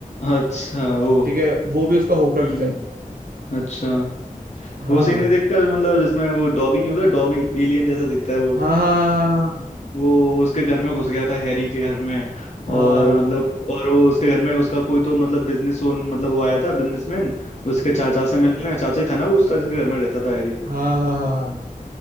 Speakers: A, on the left; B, on the right.
A: अच्छा ओ
B: ठीक है वो भी उसका होक्रक्स
A: हम्म
B: है
A: अच्छा
B: हाँ
A: वो सीन नहीं देखा मतलब जिसमें वो डॉबी नहीं होता डॉबी एलियन जैसा दिखता है वो
B: हाँ हाँ
A: वो उसके घर में घुस गया था हैरी के घर में
B: हाँ
A: और मतलब और वो उसके घर में उसका कोई तो मतलब बिजनेस ओन मतलब वो आया था बिजनेसमैन उसके चाचा से मिलने चाचा ही था ना वो उसका जिसके घर में रहता था हैरी
B: हाँ हाँ हाँ हाँ हाँ, हाँ,